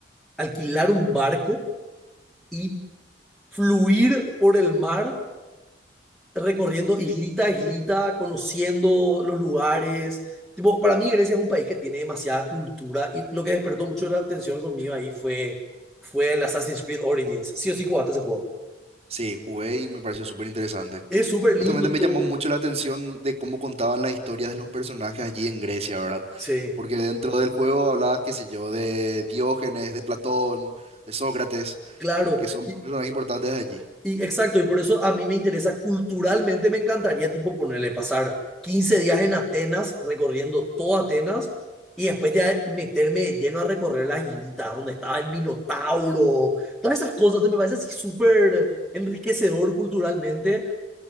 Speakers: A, in the centre; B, on the right.
A: alquilar un barco y fluir por el mar recorriendo islita a islita, conociendo los lugares. Tipo, para mí Grecia es un país que tiene demasiada cultura y lo que despertó mucho la atención conmigo ahí fue, fue el Assassin's Creed Origins. Sí o sí jugaste ese juego.
B: Sí, jugué y me pareció súper interesante.
A: Es súper lindo
B: Justamente me
A: todo.
B: llamó mucho la atención de cómo contaban las historias de los personajes allí en Grecia, ¿verdad?
A: Sí,
B: Porque dentro del juego hablaba, qué sé yo, de Diógenes, de Platón, de Sócrates,
A: claro.
B: que son
A: Y
B: personajes importantes de allí.
A: Y exacto, y por eso a mí me interesa, culturalmente me encantaría, tipo, ponerle pasar 15 días en Atenas, recorriendo toda Atenas, y después ya meterme de lleno a recorrer las islitas, donde estaba el Minotauro, todas esas cosas, me parece así súper enriquecedor culturalmente,